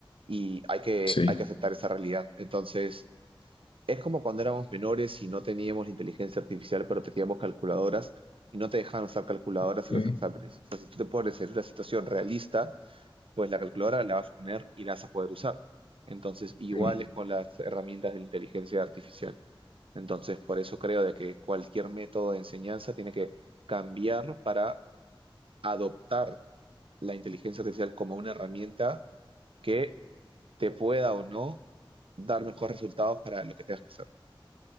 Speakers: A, on the right; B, on the left.
A: y hay que,
B: Sí,
A: hay que aceptar esa realidad. Entonces, es como cuando éramos menores y no teníamos la inteligencia artificial, pero teníamos calculadoras y no te dejaban usar calculadoras
B: ok,
A: en los exámenes. O sea, si tú te pones en una situación realista, pues la calculadora la vas a tener y la vas a poder usar. Entonces, igual
B: ok.
A: es con las herramientas de la inteligencia artificial. Entonces, por eso creo de que cualquier método de enseñanza tiene que cambiar para adoptar la inteligencia artificial como una herramienta que te pueda o no dar mejores resultados para lo que tengas que hacer.